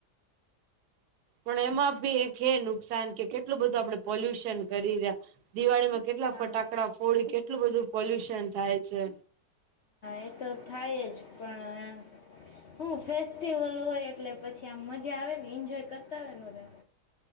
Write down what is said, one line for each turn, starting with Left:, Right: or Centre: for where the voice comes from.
Right: પણ એમાં ભી એક હે નુકસાન કે કેટલું બધું આપડે પોલ્યુશન કરી રયા. દિવાળી માં કેટલા
Left: હા
Right: ફટાકડા ફોડી કેટલું બધું પોલ્યુશન થાય છે.
Left: એતો થાય જ પણ હું ફેસ્ટિવલ હોય એટલે પછી આમ મજા આવેને એન્જોય કરતા હોય બધાયે.